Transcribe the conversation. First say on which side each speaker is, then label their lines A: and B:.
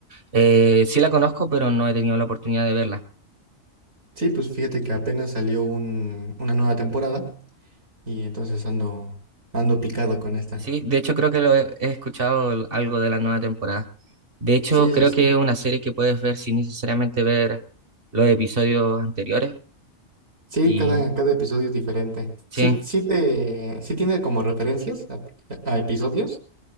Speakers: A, on the right; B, on the right.
A: Eh, sí la conozco, pero no he tenido la oportunidad de verla.
B: Sí, pues fíjate que apenas salió un- una nueva temporada. Y entonces ando, ando picado con esta.
A: Sí, de hecho creo que lo he, he escuchado el- algo de la nueva temporada. De hecho,
B: Sí,
A: creo
B: sí, sí.
A: que es una serie que puedes ver sin necesariamente ver los episodios anteriores.
B: Sí,
A: Y
B: cada, cada episodio es diferente. Sí,
A: sí,
B: sí te, sí tiene como referencias a, a episodios,